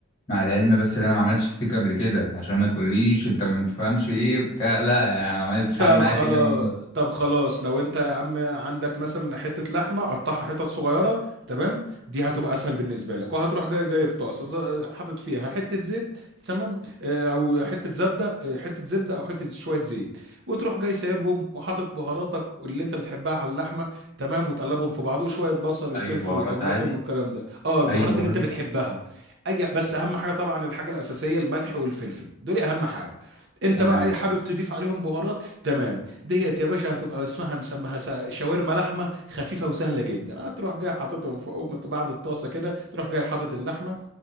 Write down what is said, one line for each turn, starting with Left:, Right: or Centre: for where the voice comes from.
Left: مع العلم بس ان انا ما عملتش ستيك قبل كده عشان ما تقوليش انت ما بتفهمش ايه بتاع لا يعني أنا ما عملتش
Right: طب
Left: عامل معايا
Right: خلاص
Left: كده اول مره
Right: طب خلاص لو انت يا عم عندك مثلا حته لحمه قطعها حتت صغيره تمام دي هتبقى اسهل بالنسبه لك وهتروح جاي جاي بطاسه ز- حاطط فيها حته زيت تمام اه، او حته زبده اه، حته زبده او حته شويه زيت وتروح جاي سايبهم وحاطط بهاراتك واللي انت بتحبها على اللحمه تمام وتقلبهم في بعض وشويه بصل وفلفل
Left: اي بهارات
Right: وطماطم
Left: عادي
Right: والكلام ده اه البهارات
Left: اي بهارات
Right: اللي انت بتحبها اي بس اهم حاجه طبعا الحاجه الاساسيه الملح والفلفل دول اهم حاجه انت
Left: تمام
Right: بقى إيه، حابب تضيف عليهم بهارات تمام ديت يا باشا هتبقى اسمها نسميها سا- شاورما لحمه خفيفه وسهله جدا هتروح جاي حاططهم فوق بعد الطاسه كده تروح جاي حاطط اللحمه